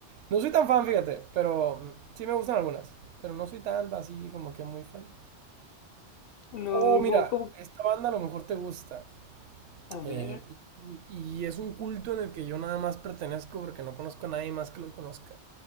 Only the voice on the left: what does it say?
No,
como, como-
a
ver.